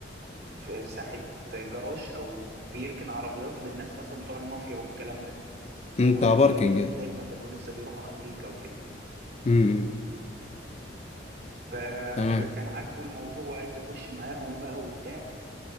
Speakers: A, on the right; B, on the left.
A: في ساحة جراج او بيركن عربيات للناس اصلا بتوع المافيا والكلام ده
B: انت
A: اللي هم الايطاليين
B: باركنج
A: في بداية ما كانوا لسه بيروحوا امريكا وكده
B: امم
A: فكان
B: تمام
A: عاجبه الموضوع وعايز يخش معاهم بقى وبتاع